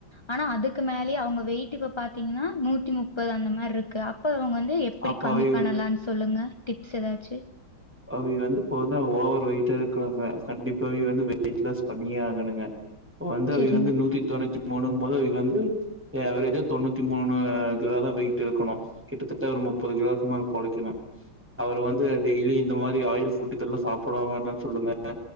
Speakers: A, on the left; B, in the centre.
A: ஆனா அதுக்கு மேலயே அவுங்க வெயிட்க்கு பாத்தீங்கன்னா நூத்தி முப்பது அந்த மாரி இருக்கு அப்ப இவங்க வந் து எப்டி
B: அப்ப
A: கம்மி
B: அவிக
A: பண்ணலானு சொல்லுங்க டிப்ஸ் எதாச்சு
B: அவிக வந்து இப்போ வந்து ஓவர் வெய்ட்டா இருக்கிறாங்க கண்டிப்பாவே வந்து வெயிட் லாஸ் பண்ணியே ஆகணுங்க வந்து அவிக
A: சரிங்க.
B: வந்து நூத்தி தொண்ணூத்தி மூணுன்போது அவிக வந்து சே ஆவ்ரேஜா தொண்ணூத்தி மூணு கிலோ தா வெயிட் இருக்கணு கிட்டத்தட்ட ஒரு முப்பது கிலோக்கு மேல குழைக்கணு அவர வந்து டெய்லி இந்த மாரி ஆயில் ஃபுட் இதெல்லா சாப்டவேண்டான்னு சொல்லுங்க அ